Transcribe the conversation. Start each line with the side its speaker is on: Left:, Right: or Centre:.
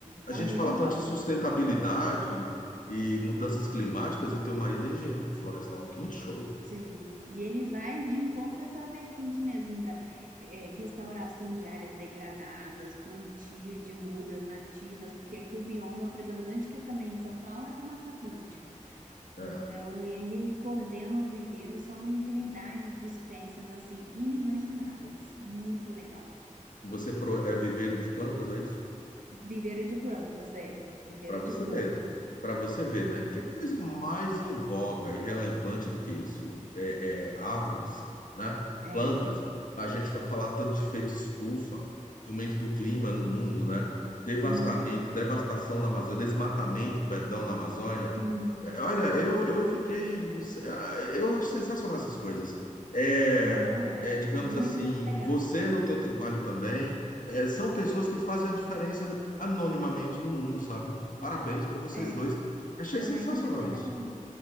Left: A
Right: tá
Left: gente
Right: muito
Left: fala
Right: em
Left: tanto
Right: pauta.
Left: em sustentabilidade e mudanças climáticas, e teu marido é engenheiro florestal. Muito show.
Right: Sim, e ele vai de encontro a essa vertente mesmo da é, restauração de áreas degradadas, plantio de mudas nativas, porque aqui o bioma predominante, que é também em São Paulo, é a Mata Atlântica.
Left: É.
Right: Então, ele coordena o viveiro, são uma infinidade de espécies, assim, inimagináveis. Muito legal.
Left: Você pro- é viveiro de plantas, aí?
Right: Viveiro de plantas, é. Viveiro
Left: Para você
Right: de plantas.
Left: ver, né? Para você ver, né? Que coisa mais em voga e relevante do que isso? É, é árvores, né?
Right: É,
Left: Plantas.
Right: é.
Left: A gente só falar tanto de efeito estufa, aumento do clima no mundo, né? Devastamento,
Right: Uhum.
Left: devastação na Amazônia, desmatamento, perdão, na Amazônia.
Right: Sim,
Left: Olha,
Right: sim.
Left: eu, eu fiquei. ah, Eu acho sensacional essas coisas. É,
Right: Não, é.
Left: é, digamos
Right: Muito
Left: assim,
Right: legal.
Left: você no teu trabalho também, é, são pessoas que fazem a diferença anonimamente no mundo, sabe? Parabéns para vocês
Right: É.
Left: dois. Achei
Right: Ai,
Left: sensacional
Right: muito obrigada.
Left: isso.